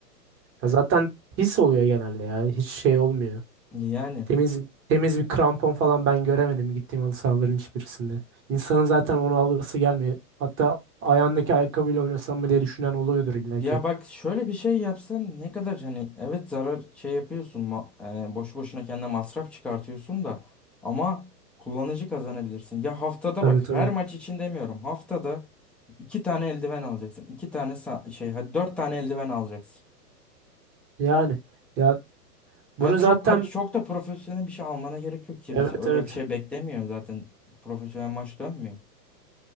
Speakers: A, on the right (about 25°); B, in the centre.
A: ya zaten pis oluyor genelde ya. Hiç şey olmuyor.
B: Yani.
A: Temiz temiz bir krampon falan ben göremedim gittiğim halı sahaların hiçbirisinde. İnsanın zaten onu alırsa gelmiyor. Hatta ayağındaki ayakkabıyla oynasam mı diye düşünen oluyordur illa
B: Ya
A: ki.
B: bak şöyle bir şey yapsan ne kadar hani evet zarar şey yapıyorsun ma- e, boşu boşuna kendine masraf çıkartıyorsun da ama kullanıcı kazanabilirsin. Ya haftada
A: Tabii
B: bak
A: tabii.
B: her maç için demiyorum haftada iki tane eldiven alacaksın. iki tane sa- şey hadi dört tane eldiven alacaksın.
A: Yani ya bunu
B: Yani
A: zaten
B: çok kat- çok da profesyonel bir şey almana gerek yok. Kimse
A: evet
B: öyle
A: evet.
B: bir şey beklemiyor zaten profesyonel maç dönmüyor.